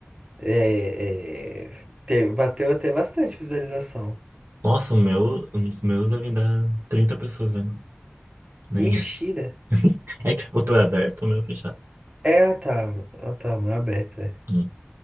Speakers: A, on the right (about 25°); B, on the right (about 70°).
A: É, é, te- bateu até bastante visualização.
B: Nossa, o meu, os meus devem dar 30 pessoas vendo. Nem
A: Mentira.
B: isso. <laughs> É que o teu é aberto, o meu é fechado.
A: É, ah, tá. Ah, tá, mão aberta. É.
B: Hum.